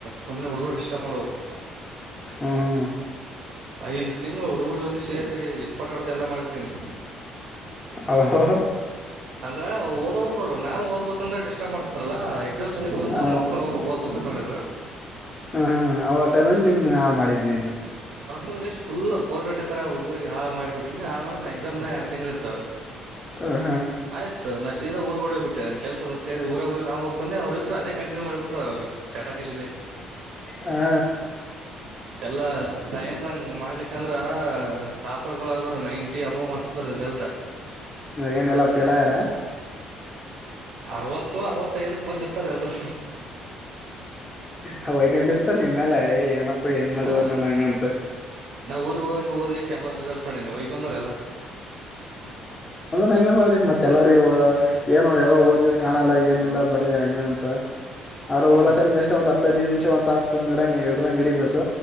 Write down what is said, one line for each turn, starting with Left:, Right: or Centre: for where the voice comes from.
Right: ಸುಮ್ನೆ ಹುಡುಗರು ಡಿಸ್ಟರ್ಬ್ ಮಾಡವು
Left: ಹ್ಮ್ ಹ್ಮ್
Right: ಐದ್ ತಿಂಗಳು ಹುಡುಗರ ಜೊತೆ ಸೇರಿ ಇಸ್ಪಾಟ್ ಆಡದು ಎಲ್ಲಾ ಮಾಡ್ಬಿಟ್ಟೇನಿ
Left: ಅವ್
Right: ಅಂದ್ರ ಓದ್ ಹುಡ್ಗರು ನಾವ್ ಓದ್ಬೇಕಕ್ಂತ ಡಿಸ್ಟರ್ಬ್ ಮಾಡ್ತಿರಾರಲ್ಲಾ ಎಕ್ಸಾಮ್ನೀಪ ಬಂದ
Left: ಹ
Right: ಮಕ್ಳ ಅವ್ರು ಓದ್ಬೇಕುತ್ ಮಾಡಿದ್ರು
Left: ಹ ಹ್ಮ ಆ ಟೈಮಲ್ಲಿ ನಿನ್ ಆ ಮಾಡಿದಿ ನೀನು
Right: ಒಂದ್ಷ್ ಇಟ್ಟತಾರ ಹುಡುಗರಿಗೆಗ್ ಹಾ ಮಾಡಬ ಬಿಟ್ಟಿನಿ ಹಾಳ ಮಾಡ ನ ಎಕ್ಸಾಮ್ ಇನಾ ಎರಡ ತಿಂಗ್ಗಳ ಇತ್ತು
Left: ಹ ಹಾ
Right: ಆಯ್ತು ನಾ ಶೀದಾಊರಡೆ ಹೋಗ್ ಬಿಟ್ಟ ಕೆಲ್ಸದ ಊರ ನಾ ಓದಕೊಂಡೆ ಅವ್ರರು ಇದರು ಅದೇ ಕಂಟನ್ಯೂ ಮಾಡಬ ಬಿಟ್ಟ್ರ ಚಟ ಎಳಿದೆ
Left: ಹಾ
Right: ಎಲ್ಲಾ ನಾ ಏನ್ಂಗ ಮಾಡ್ಲಿಕ್ಕಂದ್ರ ಟಾಪರ್ ಗೋಳು ಆಗದು ನೈನ್ ಟಿ ಅಬವ್ ಮಾಡ್ತದ ರಿಜಲ್ಜಾ
Left: ಏನೆಲ್ಲಾ ಫೇಲ್ ಆಯ್ಯಾರ
Right: ಅರವತ್ತು ಅರವತ್ತೈದಕ್ ಬಂದಿರ್ತಾರೆ ಎಲ್ರು
Left: ಹಯ್ಕೊಂಡಿರ್ತ ನಿನ್ ಮೇಲೆ ಏನಪ್ಪ ಹೆಂಗ್ ಮಾಡಿವದ್
Right: ಹಾ
Left: ನಾನ್ ಹಂಗಂತ
Right: ನಾವು ಊರ್ಗ ಹೋಗಿ ಹಓದ್ಗೆ ಶಂಬತ್ ರಿಸಲ್ಟ್ ಮಾಡಿನಿ ವೈಗಂದ್ರ ಎಲ್ಲಾ
Left: ನಂಗೆ ಮಾಡಿ ಮತ್ತೆ ಎಲ್ಲರಿಗ ಏನು ಯಾವಾಗ ಓದಿದ ಕಾಣಲ್ಲ ಏನಲ್ಲ ಬರಿ ಹಂಗ ಅಂತ ಅವ್ರ
Right: ಹ್ಮ್
Left: ಹೋದ ಟೈಮ್ ಎಷ್ಟ ಒಂದ ಹದೈದು ನಿಮಷ ಒ ತಾಸ ಸುಡಂಗ ಹಡಂಗ ಹಡಿಬೇಕು